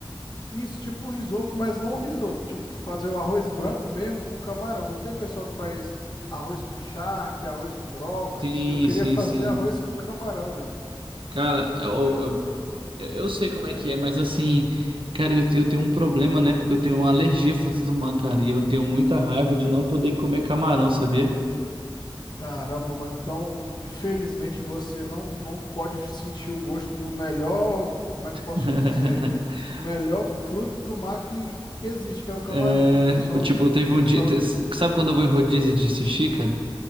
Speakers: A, on the left; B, on the right.
A: Isso, tipo um risoto, mas não um risoto. Tipo, tu fazer o arroz branco mesmo com camarão. Não tem o pessoal que faz arroz com charque, arroz com brócolis.
B: Sim,
A: Eu queria
B: sim,
A: <laughs> fazer
B: sim.
A: arroz com camarão, velho.
B: Cara, eu,
A: Eu,
B: eu, eu sei como é que é, mas assim, cara, eu, te- eu tenho um problema, né? Porque eu tenho uma alergia a frutos do mar, cara, e eu tenho muita raiva de não poder comer camarão, sabia?
A: caramba, mano. Então, infelizmente, você não, não pode sentir o gosto do melhor. Como é que eu posso
B: <laughs>
A: te dizer? Melhor fruto do mar que, que existe, que é o camarão,
B: É,
A: mano. O pessoal,
B: tipo,
A: o
B: eu teve um
A: pessoal,
B: dia. te- Sabe quando eu vou em rodízio de sushi, cara?